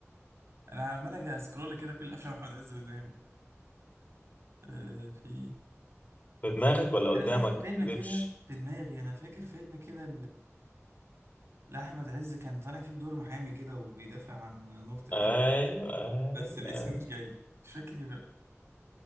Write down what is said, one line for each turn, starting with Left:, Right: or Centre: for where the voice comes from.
Right: انا عمال أجي اسكرول كده كل افلام احمد عز في دماغي آه في
Left: في دماغك ولا قدامك
Right: انا فاكر
Left: ما
Right: فيلم
Left: تكذبش
Right: كده في دماغي انا فاكر فيلم كده لا احمد عز كان طالع فيه بدور محامي كده وبيدافع عن نور تقريبا
Left: ايوه ايوه
Right: بس الاسم
Left: ايوه
Right: مش جاي مش فاكر ايه بقى